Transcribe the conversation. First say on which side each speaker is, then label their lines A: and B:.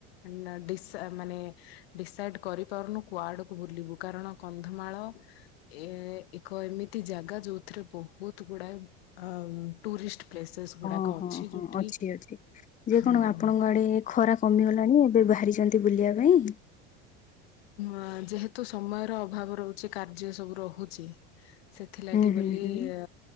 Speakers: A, on the left; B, on the left.
A: ନା ଡିସ ମାନେ ଡିସାଇଡ କରିପାରୁନୁ କୁଆଡକୁ ବୁଲିବୁ କାରଣ କନ୍ଧମାଳ ଏ ଏକ ଏମିତି ଜାଗା ଯୋଉଥିରେ ବହୁତ ଗୁଡାଏ ଅ ଟୁରିଷ୍ଟ ପ୍ଲେସେସ୍ ଗୁଡାକ
B: ଓହୋ
A: ଅଛି
B: ହଁ
A: ଯୋଉଠି
B: ଅଛି ଅଛି ଯେ
A: ହଁ
B: କଣ ଆପଣଙ୍କ ଆଡେ ଖରା କମିଗଲାଣି ଏବେ ବାହାରିଛନ୍ତି ବୁଲିଆ ପାଇଁ।
A: ଆଁ ଯେହେତୁ ସମୟର ଅଭାବ ରହୁଛି କାର୍ଯ୍ୟ ସବୁ ରହୁଛି ସେଥିଲାଗି
B: ହୁଁ
A: ବୋଲି
B: ହୁଁ ହୁଁ
A: ଅ